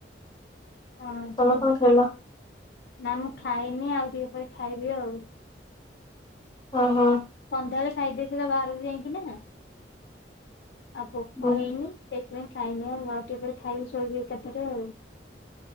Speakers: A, on the left; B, on the left.
A: ଓ
B: ତମେ
A: ହୋ
B: କଣ ଖାଇଲ
A: ନା ମୁଁ ଖାଇନି ଆଉ ଟିକେ ପରେ ଖାଇବି ଆଉ।
B: ଅ ହ।
A: ସନ୍ଧ୍ୟାବେଳେ ଖାଇଦେଇଛି ନା ବାହାରକୁ ଯାଇକି ନା। ଆଉ ଭୋକ
B: ହୁଁ
A: ହେଇନି ସେ ସେଥିପାଇଁ ଖାଇନି ଆଉ। ଆଉ ଟିକେପରେ ଖାଇବି ଶୋଇବି ଏକାଥରେ ଆଉ।